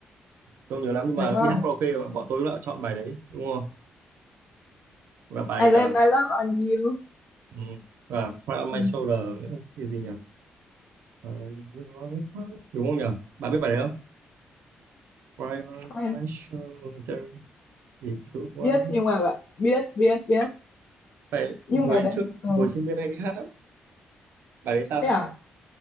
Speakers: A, on the right; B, on the left.
A: không nhớ lắm nhưng
B: đúng
A: mà
B: không
A: đi hát karaoke bọn tôi đã chọn bài đấy đúng không? Và bài
B: I lay
A: giờ
B: my love on you
A: Ừ. và Cry
B: ừ.
A: My Shoulder nữa cái gì nhỉ Cry on my- đúng không nhỉ bạn biết bài đấy không Cry on
B: quen.
A: my shoulder if you want
B: biết nhưng mà bạn biết biết biết
A: bài
B: nhưng
A: hồi
B: mà đấy
A: trước
B: ừ.
A: hồi sinh viên hay đi hát lắm bài đấy sao
B: thế à